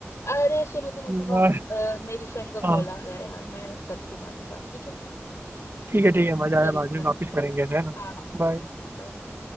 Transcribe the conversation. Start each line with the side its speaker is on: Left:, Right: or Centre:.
Left: अरे सुनो सुनो
Right: यार
Left: सुनो अ, मेरी फ्रेंड का
Right: हाँ
Left: कॉल आ रहा है यार मैं करती हूँ बाद में बात ठीक है
Right: ठीक है ठीक है मजा
Left: चलो
Right: आया बाद
Left: बाय
Right: में वापिस
Left: बाय
Right: करेंगे ऐसे, है ना
Left: हाँ हाँ
Right: बाय
Left: ठीक है bye।